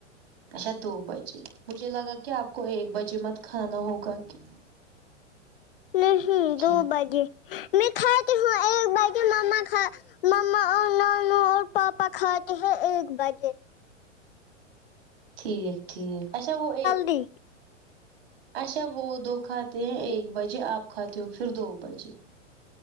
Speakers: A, on the right; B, on the left.
A: اچھا دو بجے مجھے لگا کہ آپ کو ایک بجے مت کھانا ہوگا کہ
B: نہیں دو
A: ہے
B: بجے میں کھاتی ہوں ایک بجے مما کھ مما اور نانو اور پاپا کھاتے ہیں ایک بجے
A: ٹھیک ٹھیک اچھا وہ اے
B: ڈی
A: اچھا وہ دو کھاتے ہیں ایک بجے آپ کھاتے ہو پھر دو بجے